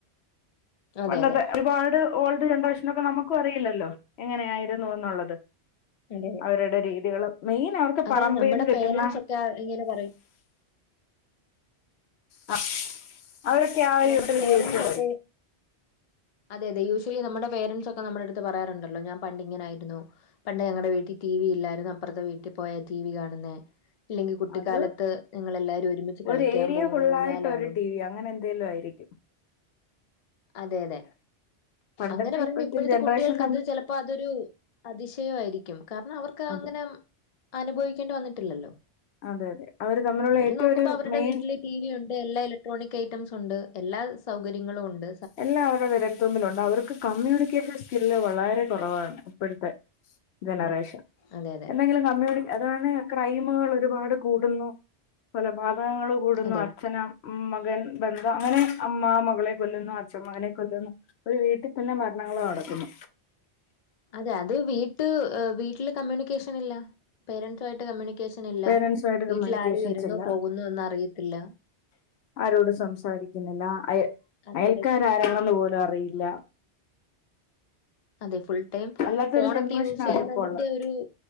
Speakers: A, on the left; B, on the left.
A: അതെ
B: പണ്ടത്തെ
A: അതെ
B: ഒരുപാട് ഓൾഡ് ജനറേഷനെക്കെ നമുക്കും അറിയില്ലല്ലോ, എങ്ങനെയായിരുന്നു എന്നുള്ളത്.
A: <unintelligible>
B: അവരുടെ രീതികളും മെയിൻ അവർക്ക്
A: അതാണ്
B: പറമ്പീന്ന്
A: നമ്മുടെ
B: കിട്ട്ന്ന
A: <unintelligible> ഇങ്ങനെ പറയും.
B: അ അവരൊക്ക <unintelligible>
A: നമ്മുടെ പേരൻസ് ഒക്കെ അതെ അതെ യൂഷ്വലി നമ്മുടെ പേരൻസ് ഒക്കെ നമ്മ്ടടുത്ത് പറയാറുണ്ടല്ലോ ഞാൻ പണ്ടിങ്ങനെ ആയിരുന്നു. പണ്ട് ഞങ്ങടെ വീട്ടി ടി വി ഇല്ലായിരുന്നു അപ്പർത്തെ വീട്ടി പോയ ടി വി കാണുന്നേ. ഇല്ലെങ്കി കുട്ടിക്കാലത്ത്
B: അത്
A: ഞങ്ങളെല്ലാരും ഒരുമിച്ച് കളിക്കാൻ
B: ഒരു ഏരിയ
A: പോവും
B: ഫുള്ളായിട്ട്
A: ഊഞ്ഞാലാടും
B: <unintelligible> അങ്ങനെ ന്തേലും ആയിരിക്കും.
A: അതെ അതെ
B: പണ്ടത്തെ
A: അങ്ങനെ പറയുമ്പോ ഇപ്പോഴത്തെ
B: ജനറേഷൻ
A: കുട്ടികൾക്ക്
B: തമ്മിൽ
A: അത് ചിലപ്പോ അതൊരു അതിശയവായിരിക്കും കാരണം അവർക്ക്
B: അതെ
A: അങ്ങന അനുഭവിക്കേണ്ടി വന്നിട്ടില്ലല്ലോ
B: അതെ അതെ അവര് തമ്മിലുള്ള
A: അവര്
B: ഏറ്റവും
A: നോക്കുമ്പോ
B: ഒരു
A: അവരുടെ
B: മെയിൻ
A: വീട്ടില് ടി വി ഒണ്ട് എല്ലാ ഇലക്ട്രോണിക് ഐറ്റംസ് ഒണ്ട് എല്ലാ സൗകര്യങ്ങളും ഒണ്ട്.
B: എല്ലാം അവര്ടെ വിരൽ തുമ്പിലുണ്ട് അവർക്ക് കമ്മ്യൂണിക്കേഷൻ സ്കില്ല് വളരെ കൊറവാണ് ഇപ്പോഴ്ത്തെ ജനറേഷൻ
A: അതെ അതെ അതെ
B: എന്തെങ്കിലും കമ്മ്യൂണി അതാണ് ക്രൈമുകൾ ഒരുപാട് കൂടുന്നു കൊലപാതകങ്ങൾ കൂടുന്നു
A: അതെ
B: അച്ഛനമ് മ്മ മകൻ ബന്ധം അങ്ങനെ അമ്മ മകളെ കൊല്ലു ന്നു അച്ഛൻ മകനെ കൊല്ലുന്നു ഒരു വീട്ടിൽ തന്നെ മരണങ്ങള് നടക്കുന്നു.
A: അതെ അത് വീട്ട് വീട്ടില് കമ്മ്യൂണിക്കേഷൻ ഇല്ല പേരന്റ്സും ആയിട്ട് കമ്മ്യൂണിക്കേഷൻ ഇല്ല
B: പേരൻസുമായിട്ട്
A: വീട്ടിൽ
B: കമ്മ്യൂണിക്കേഷൻസ്
A: ആര് വരുന്നു
B: ഇല്ല
A: പോകുന്നുന്നറിയത്തില്ല
B: ആരോടും സംസാരിക്കുന്നില്ല അയ
A: അതെ
B: അയൽക്കാരാരാണെന്ന്
A: അതെ
B: പോലും അറിയില്ല.
A: അതെ ഫുൾ ടൈം
B: അല്ലാത്തൊരു
A: ഫോണൊക്കെ
B: ജനറേഷനാണ്
A: യൂസ് ചെയ്യുന്നതിന്റെ
B: ഇപ്പോൾ ഉള്ളത്
A: ഒരു